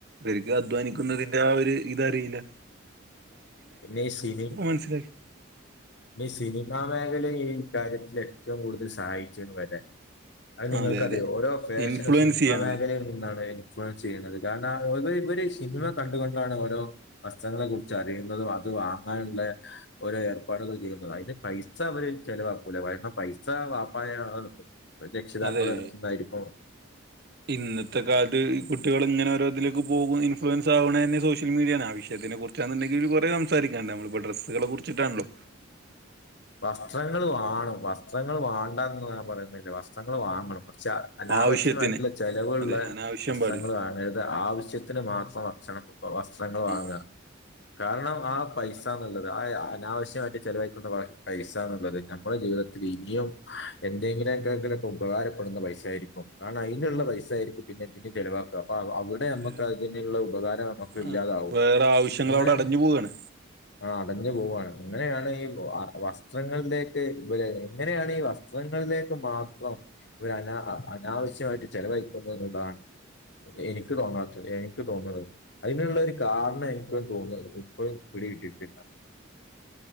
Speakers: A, on the right; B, on the left.
A: വർക്ക് അധ്വാനിക്കുന്നതിന്റെ ആ ഒരു ഇതറീല്ല
B: പിന്നെ ഈ സിനി
A: മനസ്സിലാക്കി
B: ഈ സിനിമാ മേഖലയി ക്കാര്യത്തിൽ ഏറ്റവും കൂടുതൽ സഹായിച്ചീണ് വരെ അഹ് നിങ്ങൾക്കറിയോ
A: അതെ അതെ
B: ഓരോ ഫാഷനും
A: ഇൻഫ്ലുവൻസ്
B: സിനിമാ
A: ചെയ്യാണ്
B: മേഖലയിൽ
A: ഇവര്
B: നിന്നാണ് ഇൻഫ്ലുവൻസെയ്യ്ണത്. കാരണം ത് ഇവര് സിനിമ കണ്ടുകൊണ്ടാണ് ഓരോ വസ്ത്രങ്ങളെ കുറിച്ച് അറിയ ന്നതും അത് വാങ്ങാനുള്ള ഓരോ ഏർപ്പാടുകൾ ചെയ്യുന്നത് അയ്ന് പൈസ വര് ചെലവാക്കൂല കാരണം പൈസ വാപ്പായോ രക്ഷിതാക്കളെ
A: അതെ
B: അട്ത്ത്ന്നായിരിക്കും.
A: ഇന്നത്തെ കാൽത്ത് ഈ കുട്ടികൾ ങ്ങനെ ഓരോതിലേക്ക് പോവും ഇൻഫ്ലുവൻസ് ആവ്ണെന്നെ സോഷ്യ ൽ മീഡിയേണ് ആ വിഷയത്തിന്റെ കുർച്ചാന്ന്ണ്ടെങ്കിൽ കുറേ സംസാരിക്കാണ്ട് നമ്മൾ പ്പ ഡ്രസ്സുകളെ കുർച്ചിട്ടാണല്ലോ
B: വസ്ത്രങ്ങൾ വാണും വസ്ത്രങ്ങൾ വാണ്ട ന്ന് ഞാൻ പറയുന്നില്ല വസ്ത്രങ്ങൾ വാങ്ങണം പക്ഷെ അനാവശ്യമായിട്ടുള്ള
A: ആവശ്യത്തിന്
B: ചെലവ്ള്ളെ
A: അതെ അനാവശ്യം
B: വസ്ത്രങ്ങൾ
A: പാടില്ല
B: വാങ്ങരുത് ആവശ്യത്തിന് മാത്രംവ ക്ഷണം വസ്ത്രങ്ങൾ വാങ്ങ
A: ഉം
B: കാരണം ആ പൈസാന്നുള്ളത് ആ അനാവശ്യായിട്ട് ചിലവഴിക്കുന്ന വ പൈസന്നുള്ളത് നമ്മളെ ജീവിതത്തിൽ ഇനിയും എന്തെങ്കിലുംക്കക്കൊക്കെ ഉപകാരപ്പെടുന്ന പൈസായിരിക്കും കാർണം അയ്നുള്ള പൈസായിരിക്കും പിന്നെ തിന് ചെലവാക്കാ പ്പ അവ്ടെ
A: അതെ
B: മ്മക്ക് അതിനുള്ള ഉപകാരം നമുക്ക്
A: ആ
B: ഇല്ലാതാവും
A: വേറെ ആവശ്യങ്ങൾ
B: അങ്ങനെ
A: അവിടെ അടഞ്ഞു പോവാണ്
B: ആ അടഞ്ഞു
A: ഉം
B: പോവാണ് അങ്ങനെയാണ് ഈ വ വസ് ത്രങ്ങൾലേക്ക് വൽ എങ്ങനെയാണ് ഈ വസ്ത്രങ്ങൾലേക്ക് മാത്രം വന ആ അനാവശ്യമായിട്ട്
A: നമ്മ-
B: ചെിലവഴിക്കുന്നുള്ളതാണ്
A: അതെ
B: എനിക്ക്
A: അതെ അതെ
B: തോന്നാത്ത എനിക്ക് തോന്ന്ണെ അയ്ന്ള്ള
A: ഉം.
B: ഒരു കാരണായ് - ക്ക തോന്നപ്പളും പിടി കിട്ടിട്ടില്ല